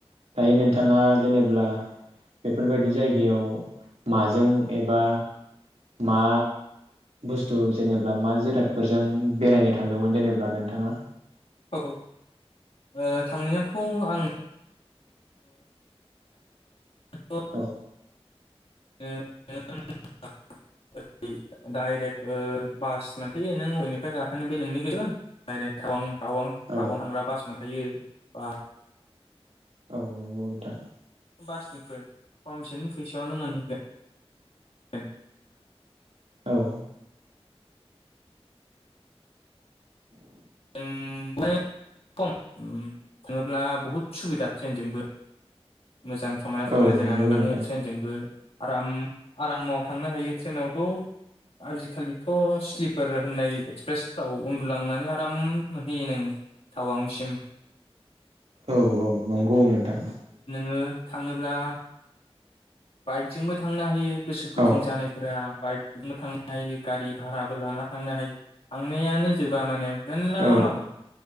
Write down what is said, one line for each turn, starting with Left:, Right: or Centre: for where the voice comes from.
Right: दायो नोंथाङा जेनेब्ला बेफोरबायदि जायगायाव माजों एबा मा बुस्थु जेनेबा मा जिरादफोरजों बेरायनो थांदोंमोन जेनेबा नोंथाङा?
Left: औ ओ थांनायाथ' आं ओ <unintelligible>
Right: औ।
Left: ओ <unintelligible> डाइरेक्ट ओ‌ बास‌ मोनखायो नों बयनिफ्राय गाखोनो बे नोंनि गोसो डाइरेक्ट टावां टावां
Right: औ
Left: टावआव थांग्रा बास मोन थायो बा
Right: औ नंगौ नोंथां।
Left: बासनिख्रुइ खमसिन फैसायावनो मोनहैगोन
Right: औ
Left: जों खम थाङोब्ला बहुद सुबिदा ट्रेनजोंबो। मोजां समायना समायना
Right: औ
Left: जायगा
Right: नंगौ
Left: नुलाङो
Right: नोंथां
Left: ट्रेनजोंबो। आराम आरामाव थांनो हायो ट्रेनावथ' आजिखालिथ' स्लिपार होननाय एक्सप्रेसफ्राव उन्दुलांनानै आराम नुहयो नोङो टावांसिम।
Right: औ औ नंगौ नोंथां।
Left: नों थाङोब्ला बाइकजोंबो थांनो हायो। गोसो गुदुं
Right: औ
Left: जानायफोरा बाइकजोंबो थांनो हायो गारि भाराबो लाना थांनो हायो थांनायानो जोबा मानोे मेलला लामा
Right: औ
Left: दं।